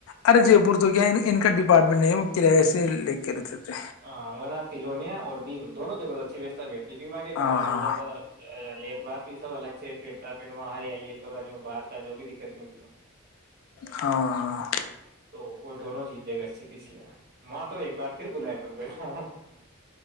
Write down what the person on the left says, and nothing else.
ارے جے پور تو کیا ان کا ڈپارٹمنٹ نہیں ہے وہ کرای سے لے کےتے تھے
ہاں
ہاں
ہو ہاں <unintelligible>